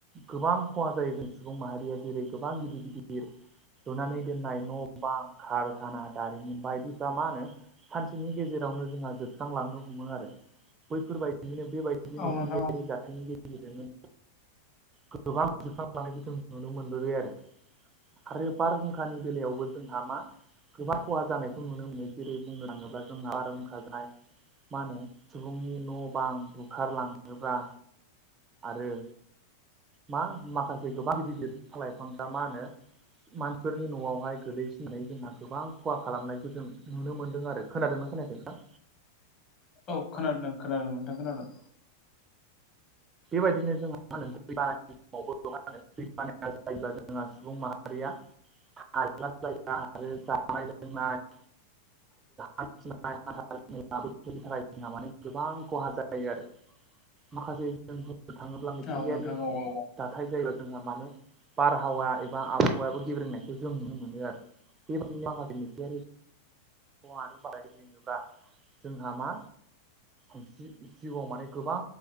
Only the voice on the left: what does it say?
औ
नोंथां औ
औ खोनादों खोनादों नोंथां खोनादों।
औ नोंथां औ औ